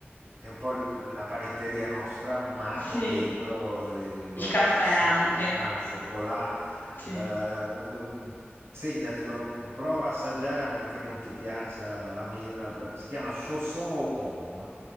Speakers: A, on the right (about 80°); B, on the left (about 50°).
A: è un po' l- la panetteria nostra, ma
B: Ehm, sì.
A: con dentro il loro
B: Il caffè
A: croissant
B: anche,
A: che ti fa al cioccolato.
B: sì.
A: Eh, segnatelo, prova a assaggiare a meno che non ti piaccia la mela. Si chiama chausson aux pommes,